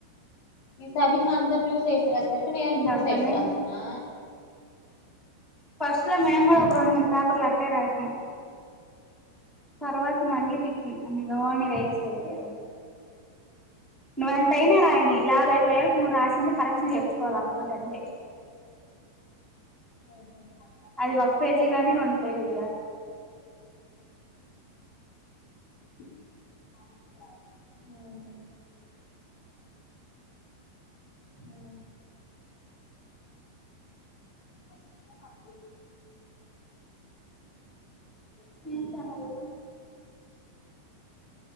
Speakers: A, on the left (about 70°); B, in the centre.
A: ఈ సభిహా అంత టూ సైడ్స్ రాసేసరికి నేను
B: ఇంకా
A: టూ
B: అప్పటి
A: సైడ్స్
B: నుంచి
A: రాస్తున్నా
B: ఫస్ట్ లొ మేము కూడ ఒక రెండు మూడు పేపర్లు అట్టే రాసినం తర్వాత మళ్ళీ తిప్పిన ఓన్లీ రైట్ సైడే రాసిన నువ్వెంత అయినా రాయిని ల్యాభైయిపోయేవరకు నువ్ రాసి కింద కరెక్షన్ చేర్చుకోవాలి ఆమె తోటి అంతే
A: ఉహ
B: అది ఒక పేజీ గాని రెండు పేజీలు గానీ
A: అ అ ఇష్ట కొతు <unintelligible>
B: ఏం సంగతులు